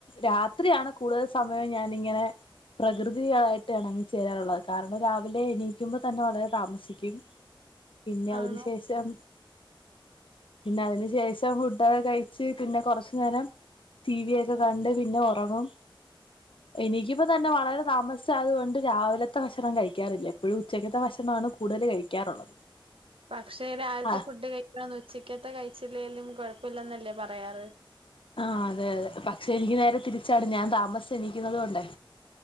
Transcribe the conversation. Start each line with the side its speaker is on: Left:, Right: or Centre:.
Left: രാത്രിയാണ് കൂടുതൽ സമയം ഞാനിങ്ങനെ പ്രകൃതിയായിട്ട് എണങ്ങി ചേരാനുള്ള അ് കാരണം രാവിലെ എണീക്കുമ്പോ തന്നെ വളരെ താമസിക്യും പിന്നെ അതിന്ശേഷം
Right: ആണോ
Left: പിന്നെ അതിന് ശേഷം ഫുഡ്ഡക്കെ കഴിച്ച് പിന്നെ കൊറഷ് നേരം ത്തീ വി ഒക്കെ കണ്ട് പിന്നെ ഒറങ്ങും എനിക്യുപ്പോ തന്നെ വളരെ താമസ് ഷായത്കൊണ്ട് രാവിലത്തെ ഭക്ഷണം കഴിക്യാറില്ല എപ്പഴും ഉച്ചക്കത്തെ ഭക്ഷ്ണാണ് കുടല് കഴിക്കാറുള്ളത്
Right: പക്ഷെ രാവിൽത്തെ
Left: ആ
Right: ഫുഡ് കഴിക്കണം ഉച്ചക്കത്തെ കഴിച്ചില്ലെലും കൊഴപ്പൊല്ലന്നല്ലേ പറയാറ്
Left: ആഹ് അതെ അതെ പക്ഷെ എനിക്ക് നേരെ തിരിച്ചാണ് ഞാൻ താമസ്സ് എണിക്യുന്നത് കൊണ്ടേ